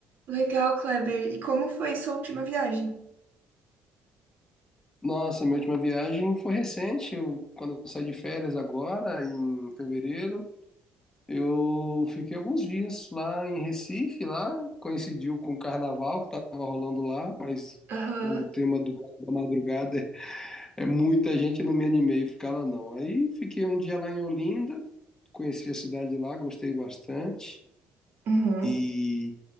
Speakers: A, on the right; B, on the left.
A: Legal, Kleber. E como foi sua última viagem?
B: Nossa, minha última viagem foi recente. Eu, quando eu saí de férias agora, em fevereiro, eu fiquei alguns dias lá em Recife, lá coincidiu com o carnaval que estava rolando lá, mas
A: Aham,
B: o tema do, da madrugada <laughs> é, é muita gente, eu não me animei a ficar lá não. Aí fiquei um dia lá em Olinda, conheci a cidade lá, gostei bastante
A: uhum.
B: e